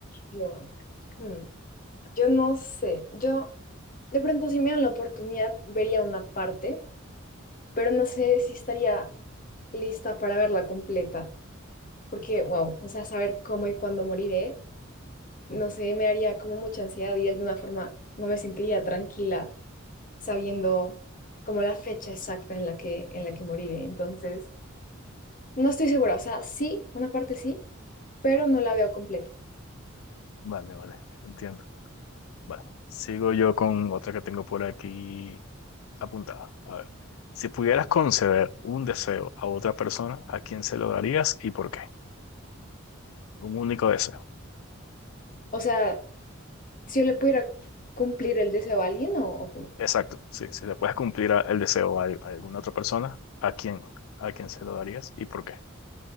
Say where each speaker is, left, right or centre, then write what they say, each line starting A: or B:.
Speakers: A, on the left; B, on the left.
A: Yo, mm, yo no sé, yo... De pronto, si me dan la oportunidad, vería una parte, pero no sé si estaría lista para verla completa, porque, wow, o sea, saber cómo y cuándo moriré, no sé, me haría como mucha ansiedad y de alguna forma no me sentiría tranquila sabiendo como la fecha exacta en la que, en la que moriré. Entonces, no estoy segura, o sea, sí, una parte sí, pero no la veo completa.
B: Vale, vale, entiendo. Bueno, sigo yo con otra que tengo por aquí apuntada. A ver, si pudieras conceder un deseo a otra persona, ¿a quién se lo darías y por qué? Un único deseo.
A: O sea, si yo le pudiera cumplir el deseo a alguien o, o como,
B: Exacto, sí, si le puedes cumplir a- el deseo a, a alguna otra persona, ¿a quién? ¿A quién se lo darías y por qué?